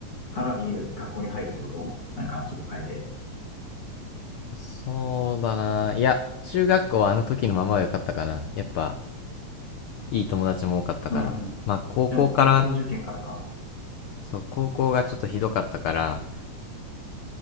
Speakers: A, on the left; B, on the left.
A: からいい学校に入るってことなんか、ちょっと変えて。
B: そうだな。いや、中学校はあの時のままは良かったかな。やっぱ、いい友達も多かったから。
A: うんうん。
B: まあ、高校から、
A: でもう高校受験からか。
B: そう、高校がちょっとひどかったから、